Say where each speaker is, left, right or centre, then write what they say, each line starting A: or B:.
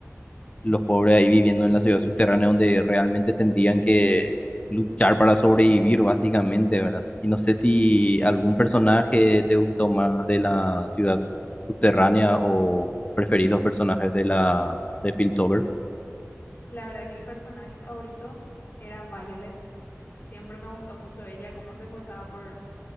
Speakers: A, on the left; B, on the left.
A: los pobres ahí viviendo en la ciudad subterránea donde realmente tendrían que luchar para sobrevivir, básicamente, ¿verdad? Y no sé si algún personaje te gustó más de la ciudad subterránea o preferís los personajes de la de Piltover.
B: La verdad que mi personaje favorito era Violet. Siempre me gustó mucho ella, cómo se esforzaba por,